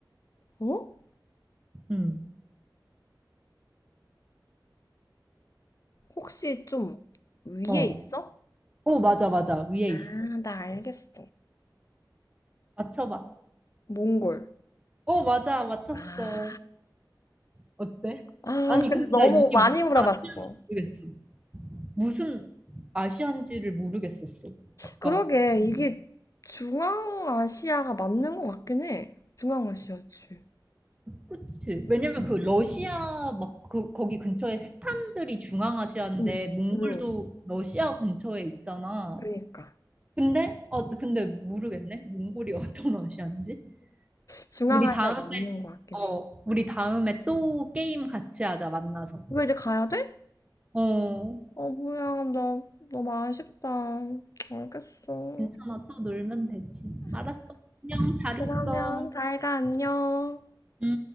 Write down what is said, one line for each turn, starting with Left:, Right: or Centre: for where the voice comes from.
Left: 어?
Right: 응
Left: 혹시 좀 위에
Right: 어.
Left: 있어?
Right: 어, 맞아, 맞아. 위에 있어.
Left: 아, 나 알겠어.
Right: 맞춰봐.
Left: 몽골.
Right: 어, 맞아. 맞췄어.
Left: 아,
Right: 어때?
Left: 아,
Right: 아니,
Left: 근데
Right: 근데
Left: 너무
Right: 나 이게
Left: 많이 물어봤어.
Right: 무슨 아시안지 모르겠어. 무슨 아시안지를 모르겠었어. 아까.
Left: 그러게,
Right: 음.
Left: 이게 중앙아시아가 맞는 것 같긴 해. 중앙아시아지.
Right: 그치. 왜냐면
Left: 응,
Right: 그 러시아 막 그, 거기 근처에 스탄들이 중앙아시아인데
Left: 응,
Right: 몽골도
Left: 응.
Right: 러시아 근처에 있잖아.
Left: 그러니까.
Right: 근데 어 근데 모르겠네. 몽골이 <laughs> 어떤 아시아인지.
Left: 중앙아시아
Right: 우리 다음에
Left: 맞는 것 같긴
Right: 어
Left: 해.
Right: 우리 다음에 또 게임 같이 하자 만나서.
Left: 왜 이제 가야 돼?
Right: 어
Left: 어, 뭐야, 나 너무 아쉽다. 알겠어.
Right: 괜찮아 또 놀면 되지. 알았어. 안녕 잘
Left: 그러면
Right: 있어.
Left: 잘 가, 안녕.
Right: 음.